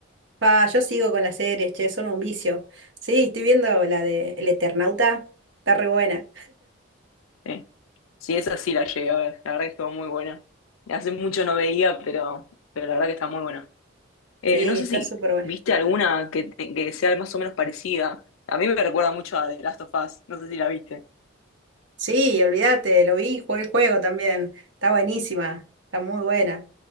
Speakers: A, on the right; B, on the left.
A: Pa, yo sigo con las series, che, son un vicio. Sí, estoy viendo la de El Eternauta. Está re buena.
B: Sí, sí, esa sí la llegué a ver. La verdad que estuvo muy buena. Hace mucho no veía, pero, pero la verdad que está muy buena. Eh,
A: Sí,
B: no sé
A: está
B: si
A: súper buena.
B: viste alguna que, te- que sea más o menos parecida. A mí me recuerda mucho a The Last of Us. No sé si la viste.
A: Sí, olvídate, lo vi, jugué el juego también. Está buenísima, está muy buena.